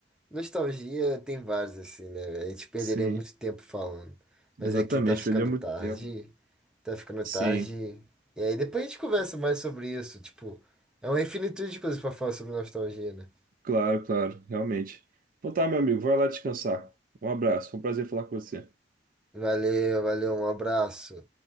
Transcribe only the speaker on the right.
sim,
exatamente,
perdeu muito
tempo.
Sim,
claro, claro, realmente. Então tá, meu amigo, vai lá descansar. Um abraço, foi um prazer falar com você.